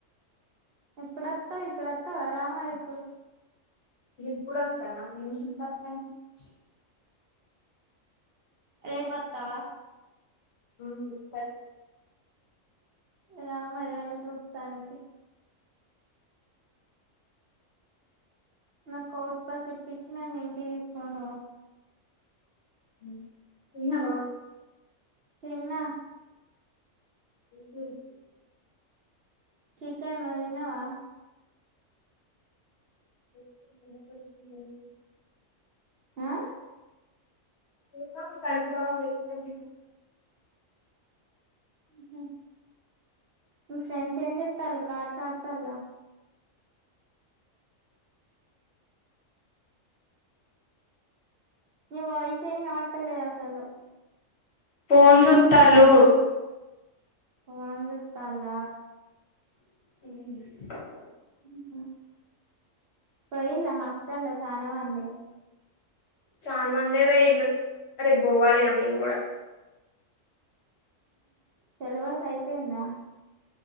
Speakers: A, on the right (about 60°); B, on the left (about 55°).
A: ఎప్పుడొత్తవ్ ఇప్పుడత్తవా రా మరి ఇప్పుడు
B: <unintelligible>
A: రేపు అత్తవా
B: ఉమ్ సరే
A: రా మరి నన్ను చూట్టానికి నాకు ఔట్ పాస్ ఇప్పించి నన్ను ఇంటికి తీసుకోని వో
B: హ్మ్ తిన్నగావచ్చు
A: తిన్నా
B: ఏం కూర చేసిన్రు
A: చికెన్ నువ్ తిన్నవా
B: <unintelligible>
A: ఆ
B: <unintelligible>
A: హ్ మ్ మీ ఫ్రెండ్స్ ఏం చేస్తాన్లు కార్డ్స్ అడ్తంల నీ వాయిసే ఇనబడతలేద్ అసలు
B: ఫోన్ చుత్తాలు
A: ఫోన్ చూత్తన్ల
B: హ్
A: హ్మ్ పోయిన్ల హాస్టల్ల చానా మంది
B: చాలా మందే పొయిన్లు రేపు పోవాలి ఇగ మేము గుడా
A: సిలబస్ అయిపోయిందా